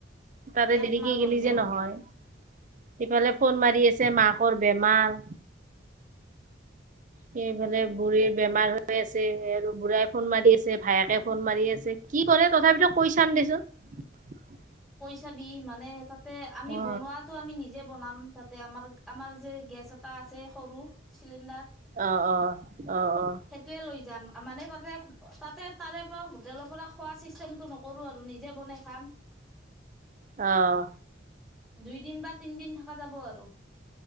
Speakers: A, on the right; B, in the centre.
A: তাতে
B: একমাহ
A: দেৰিক
B: বন্ধ
A: গেলি যে নহয় ইফালে ফোন মাৰি আছে মাকৰ বেমাৰ সেইফালে
B: অ
A: বুঢ়ীৰ বেমাৰ হৈ আছে আৰু বুঢ়াই ফোন মাৰি আছে ভায়েকে ফোন মাৰি আছে কি কৰে তথাপিতো কৈ চাম দেচোন <unintelligible>
B: কৈছাবি মানে তাতে আমি
A: অ
B: বনোৱাাতো আমি নিজে বনাম তাতে আমাৰ আমাৰ যে গেছ এটা আছে সৰু চিলিণ্ডাৰ
A: অ অ অ অ
B: সেইটোয়ে লৈ যাম মানে তাতে তাতে তাৰে পৰা হোটেলৰ পৰা খোৱা চিষ্টেমটো নকৰো আৰু নিজে যে বনাই খাম
A: আহ
B: দুইদিন বা তিনদিন থকা যাব আৰু